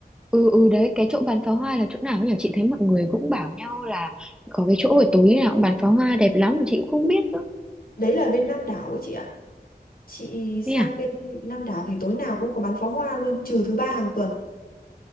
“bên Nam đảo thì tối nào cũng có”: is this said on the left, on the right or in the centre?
Left